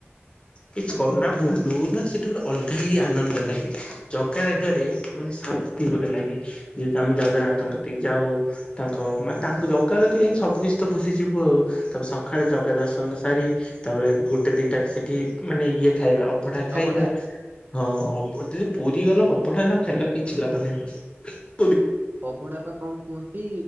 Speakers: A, on the left; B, on the right.
A: କିଛି କରୁନା ନା ବୁଲୁ ନା ସେଠି ଗୋଟେ ଅଲଗା ହି ଆନନ୍ଦ ଲାଗେ ଜଗା ଆଗରେ ମାନେ ଶାନ୍ତି ଗୋଟେ ଲାଗେ ଯେହେତୁ ଆମେ ଜଗନ୍ନାଥଙ୍କ କତିକି ଯାଉ ତାଙ୍କ ମାନେ ତାଙ୍କୁ ଜଗା କତିକି ଯାଇକି ସ ସବୁ କିିଛି ତ ଭୁଲିଯିବୁ ଆଉ ତାପରେ ସକାଳେ ଜଗ ଦର୍ଶନ ସାରି ତାପରେ ଗୋଟେ ଦିଟାରେ ସେଠି ମାନେ ଇଏ ଖାଇବା ଅଭଢା ଖାଇବା
B: ଅବଢା?
A: ହଁ ଅଭ ଯଦି ପୁରୀ ଗଲା ଅବଢା ନ ଖାଇଲ କିଛି ଲାଭ ନାହିଁ ପୁରି
B: ଅଭଡା ପା କଣ କୁହନ୍ତି